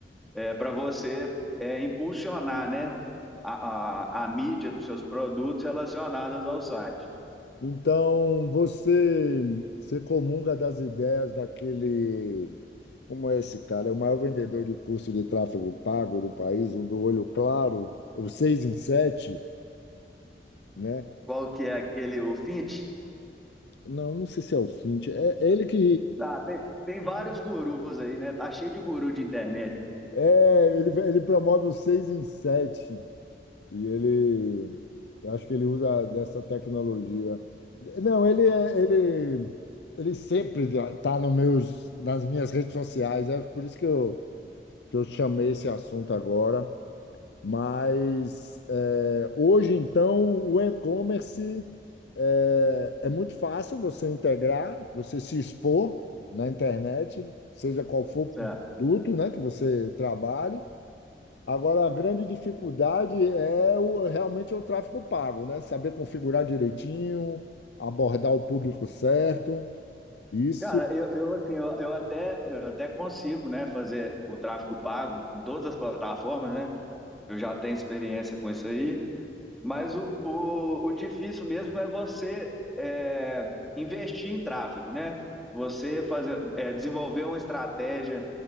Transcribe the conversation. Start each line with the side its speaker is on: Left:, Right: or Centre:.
Centre: é, para você é, impulsionar, né? A, a, a mídia dos seus produtos relacionados ao site.
Left: Então, você, você comunga das ideias daquele, como é esse cara? É o maior vendedor de curso de tráfego pago do país, o do Olho Claro, o 6 em 7, né?
Centre: Qual que é aquele, o Fint?
Left: Não, não sei se é o Fint. É é ele que
Centre: Ah, tem, tem vários gurus aí, né? Tá cheio de guru de internet.
Left: é, ele, ele promove o 6 em 7. E ele, acho que ele usa dessa tecnologia. Não, ele é- ele ele sempre está nos meus nas minhas redes sociais, é por isso que eu que eu chamei esse assunto agora. Mas é, hoje então o e-commerce é, é muito fácil você integrar, você se expor na internet, seja qual for
Centre: Certo?
Left: o produto, né, que você trabalhe. Agora, a grande dificuldade é o, realmente é o tráfego pago, né? Saber configurar direitinho, abordar o público certo. Isso,
Centre: Cara, eu, eu assim, eu, eu, até, eu até consigo, né, fazer o tráfego pago em todas as plataformas, né? Eu já tenho experiência com isso aí. Mas o, o, o difícil mesmo é você é, investir em tráfego, né? Você fazer, é, desenvolver uma estratégia